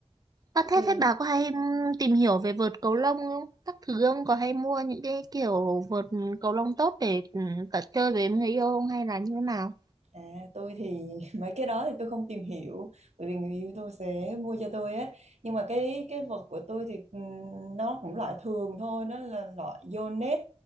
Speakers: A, on the right (about 35°); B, on the right (about 90°).
A: ơ thế
B: thì
A: thế bà có hay ừ, tìm hiểu về vợt cầu lông không các thứ không có hay mua những cái kiểu vợt cầu lông tốt để ừ, tập chơi với người yêu không hay là như thế nào
B: À, tôi thì <laughs> mấy cái đó thì tôi không tìm hiểu bởi vì người yêu tôi sẽ mua cho tôi á nhưng mà cái cái vật của tôi thì ừm, nó cũng loại thường thôi nó là loại Yonex